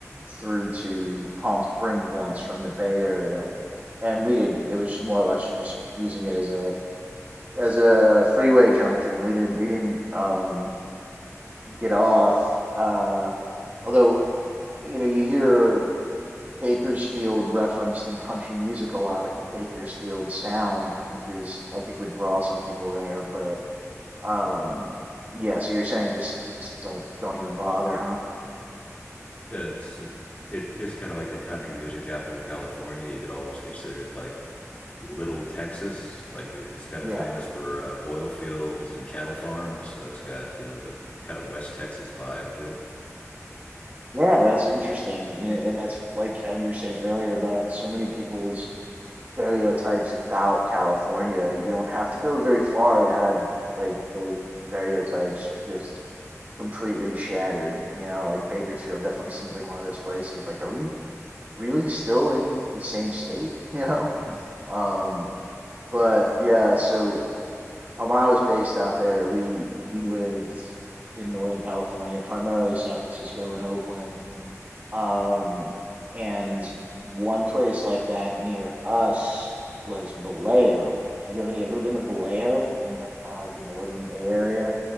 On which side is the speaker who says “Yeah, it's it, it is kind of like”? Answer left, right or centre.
Left